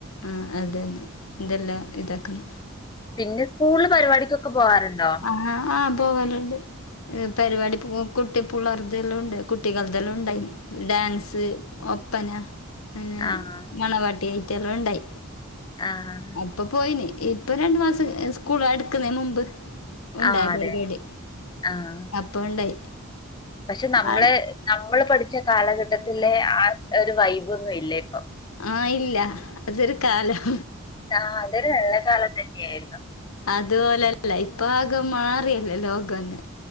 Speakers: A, on the left (about 80°); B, on the left (about 20°).
A: അഹ് അതന്നെ ഇതെല്ലാം ഇതാക്കുന്നു.
B: പിന്നെ സ്കൂളിൽ പരിപാടിക്കൊക്കെ പോവാറുണ്ടോ?
A: ആഹ് ആഹ് പോവലുണ്ട് പരിപാടി പോ കുട്ടിപ്പ് കുളർതെല്ലാം ഉണ്ട് കുട്ടികളതെല്ലാം ഉണ്ടായി ഡാൻസ് ഒപ്പന. അന്നെ
B: ആഹ്
A: മണവാട്ടിഐറ്റെല്ലാം ഉണ്ടായി.
B: ആഹ്
A: ഇപ്പോ പോയിന് ഇപ്പം രണ്ട് മാസം സ്കൂളടക്കുന്നതിന് മുമ്പ്. ഉണ്ടായ
B: ആഹ് അതെ
A: പരിപാടി
B: ആഹ്
A: അപ്പം ഉണ്ടായി
B: പക്ഷെ നമ്മളെ
A: ആഹ്
B: നമ്മള് പഠിച്ച കാലഘട്ടത്തിലെ ആ ഒരു വൈബൊന്നും ഇല്ല ഇപ്പൊ.
A: ആഹ് ഇല്ല അതൊരു കാലം.
B: ആഹ് അതൊരു നല്ല കാലം തന്നെയ ആയിരുന്നു.
A: അതുപോലെല്ല ഇപ്പൊ ആകെ മാറിയല്ലേ ലോകന്നേ